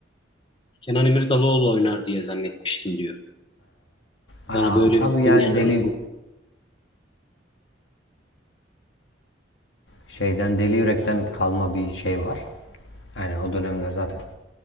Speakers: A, on the left; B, on the left.
A: Kenan İmirzalıoğlu oynar diye zannetmiştim diyor. Bana
B: Aa,
A: böyle
B: tabii
A: bir
B: yani
A: konuşuyoruz.
B: deli şeyden deli yürekten kalma bir şey var. Aynen o dönemler zaten